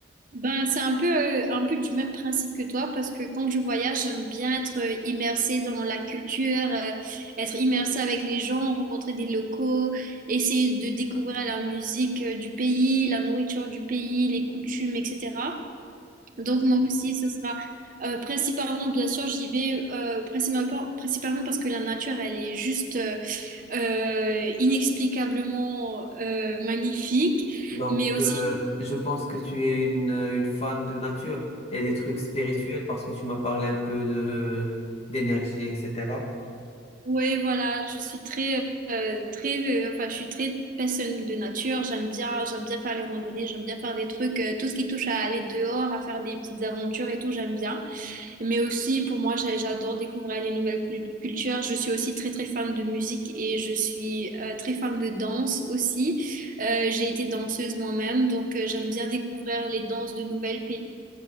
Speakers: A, on the right; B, on the left.
A: ben, c'est un peu, euh, un peu du même principe que toi parce que quand je voyage, j'aime bien être euh, immersée dans la culture, euh, être immersée avec les gens, rencontrer des locaux, essayer de découvrir la musique euh, du pays, la nourriture du pays, les coutumes, etc. Donc moi aussi, ce sera euh, principalement, bien sûr, j'y vais euh, principalement, principalement parce que la nature, elle est juste euh, euh, inexplicablement euh, magnifique,
B: Donc,
A: mais aussi,
B: euh, je pense que tu es une, euh, une fan de nature et des trucs spirituels parce que tu m'as parlé un peu de d'énergie, etc.
A: oui, voilà, je suis très, euh, très, euh, enfin, je suis très personne de nature. J'aime bien, j'aime bien faire les randonnées, j'aime bien faire des trucs, euh, tout ce qui touche à aller dehors, à faire des petites aventures et tout, j'aime bien. Mais aussi, pour moi, j'a- j'adore découvrir les nouvelles cul- cultures. Je suis aussi très, très fan de musique et je suis euh, très fan de danse aussi. Euh, j'ai été danseuse moi-même, donc euh, j'aime bien découvrir les danses de nouvelles pays.